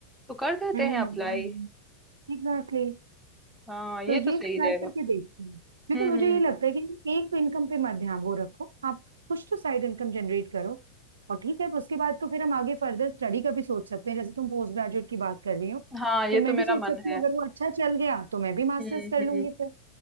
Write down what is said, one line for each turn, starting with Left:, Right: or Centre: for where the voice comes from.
Centre: तो कर देते
Right: हम्म
Centre: हैं अप्लाई
Right: एग्जैक्टली
Centre: हाँ ये
Right: तो ये
Centre: तो सही
Right: ट्राई
Centre: रहेगा
Right: करके देखती हूँ क्योंकि
Centre: हम्म
Right: मुझे
Centre: हम्म
Right: ये लगता है कि एक तो इनकम पे मत ध्यान वो रखो आप कुछ तो साइड इनकम जनरेट करो और ठीक है उसके बाद तो फिर हम आगे फर्दर स्टडी का भी सोच सकते हैं जैसे तुम पोस्ट ग्रेजुएट की बात कर रही हो
Centre: हाँ ये
Right: फिर
Centre: तो
Right: मैं
Centre: मेरा
Right: भी सोच
Centre: मन
Right: सकती
Centre: है
Right: हूँ अगर वो अच्छा चल गया तो मैं भी मास्टर्स
Centre: हम्म
Right: कर
Centre: हम्म
Right: लूंगी फिर